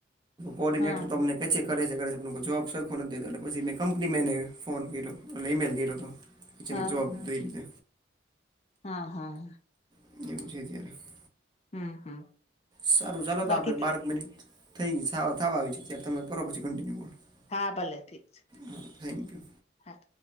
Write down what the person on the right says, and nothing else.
કોર્ડિનેટર
તો અમને કે છે કરે છે, કરે છે, પણ જવાબ સરખો નથી દેતા એટલે પછી મે, કંપની મેને ફોન કર્યો એટલે ઇમેલ કર્યો હતો કે જેને
જવાબ દઈ દે.
<unintelligible>
સારું ચાલો તો
આપડે બારક મિનિટ થઈ ગઈ થવા આવી ત્યારે તમે કરો પછી કન્ટિન્યુ <unintelligible>
હા થેન્ક યુ